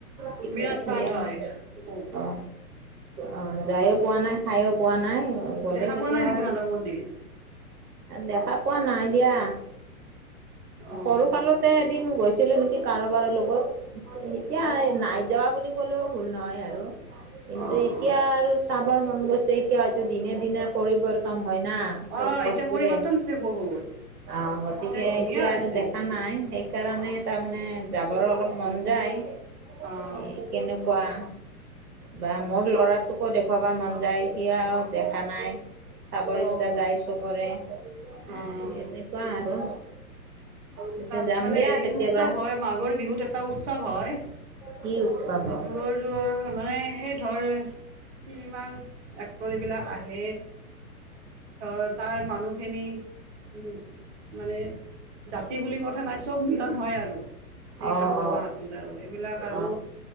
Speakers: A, on the right (about 80°); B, on the right (about 50°).
A: ঠিকে
B: বিৰাট
A: আছে
B: সোৱাদ
A: দিয়া
B: হয় খুব
A: অ অ যায়ো পোৱা নাই খাই পোৱা নাই গলে
B: দেখা
A: কেতিয়াবা
B: পোৱা নাই নেকি মাধৱ মন্দিৰ
A: দেখা পোৱা নাই দিয়া
B: অঁ
A: সৰু কালতে এদিন গৈছিলো নেকি কাৰোবাৰ লগত এতিয়া
B: অঁ
A: নাই যোৱা বুলি কলেও ভুল নহয় আৰু কিন্তু
B: অঁ অঁ
A: এতিয়া আৰু চা চাবৰৰ মন গৈছে এতিয়া হয়তো দিনে দিনে পৰিবৰ্তন হয় না চব
B: অঁ
A: বস্তুৰে
B: এতিয়া পৰিৱৰ্তন হৈছে বহুত
A: অ গতিকে
B: ধুনীয়া
A: এতিয়া
B: হৈছে
A: আৰু দেখা নাই সেইকাৰণে তাৰমানে যাবৰো অলপ মন যায় এ
B: অঁ
A: কেনেকুৱা বা মোৰ ল'ৰাটোকো দেখুৱাবাৰ মন যায় সি দেখা নাই চাবৰ
B: অঁ
A: ইচ্ছা যায় চবৰে এ
B: অঁ
A: এনেকুৱা আৰু পিছে
B: তাত
A: যাম
B: মানে
A: দিয়া
B: হেৰি
A: কেতিয়াবা
B: উৎসৱ হয় মাঘৰ বিহুত এটা উৎসৱ উৎসৱ হয়মানে
A: কি উৎসৱ হয়
B: দূৰৰ দূৰৰ মানে এই ধৰ চিনেমাৰ এক্টৰ বিলাক আহে ধ তাৰ মানুহখিনি উম মানে জাতি বুলি কথা নাই চব মিলন হয় আৰু এই
A: অহ
B: মাঘৰ
A: অ অ
B: মাহটোত আৰু এইবিলাক আৰু
A: অ অ অ